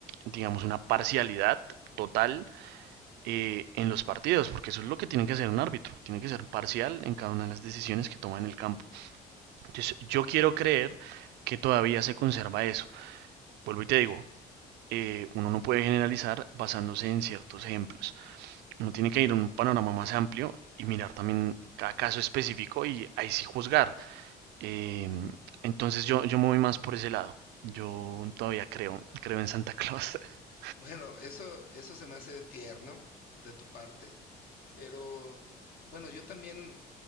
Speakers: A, on the right (about 80°); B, on the left (about 65°).
A: digamos, una parcialidad total eh, en los partidos, porque eso es lo que tiene que hacer un árbitro, tiene que ser parcial en cada una de las decisiones que toma en el campo. Entonces, yo quiero creer que todavía se conserva eso. Vuelvo y te digo, eh, uno no puede generalizar basándose en ciertos ejemplos. Uno tiene que ir a un panorama más amplio y mirar también cada caso específico y ahí sí juzgar. Eh, entonces yo, yo me voy más por ese lado. Yo todavía creo, creo en Santa Claus. <laughs>
B: Bueno, eso, eso se me hace tierno de tu parte, pero bueno, yo también